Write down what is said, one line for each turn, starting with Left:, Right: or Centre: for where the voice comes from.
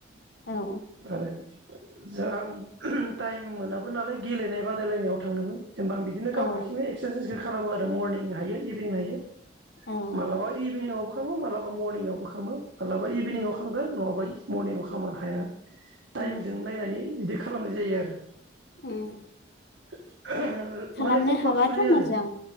Left: औ
Right: आरो। जों टाइम मोनाबो नालाय गेलेनाय बादायलायनायाव थांनोमोन। जेनबा आं बिदिनो गाव
Left: औ
Right: हारसिंनो एक्सरासाइज बिदि खालामो आरो मरनिं हायो इभिनिं हायो।
Left: औ
Right: मालाबा इबिनिंआवबो। खामो मालाबा मरनिंआवबो खामो। मालाबा इबिनिंआव
Left: उम
Right: खालामगोन नआबा इ मरनिंआव खामा हाया। टाइमजों
Left: उम
Right: नायनानै बिदि खालामनाय जायो आरो
Left: उम
Right: <inaudible>
Left: खालामनो
Right: माने कमपालसरि
Left: हाबाथ'
Right: आरो।
Left: मोजां